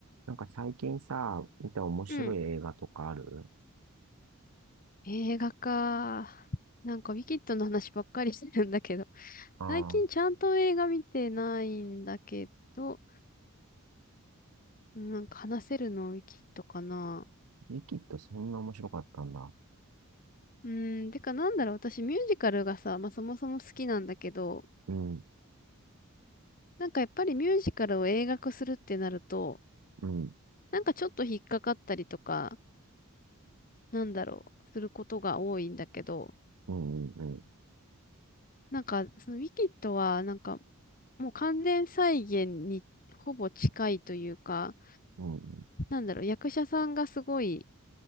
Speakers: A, on the right; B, on the left.
A: なんか最近さ、見た面白い映画とかある
B: うん。映画か。なんか、ウィキッドの話ばっかりしてるんだけど。
A: ああ、
B: 最近ちゃんと映画見てないんだけど、うんなんか話せるのウィキッドかな。
A: リキッドそんな面白かったんだ。
B: うん、てかなんだろう、私ミュージカルがさ、まあそもそも好きなんだけど、
A: うん、
B: なんかやっぱりミュージカルを映画化するってなると、
A: うん、
B: なんかちょっと引っかかったりとか、なんだろう、することが多いんだけど、
A: うん、うん、うん、
B: なんかそのウィキッドは、なんかもう完全再現にほぼ近いというか、
A: うん、
B: なんだろう、役者さんがすごい、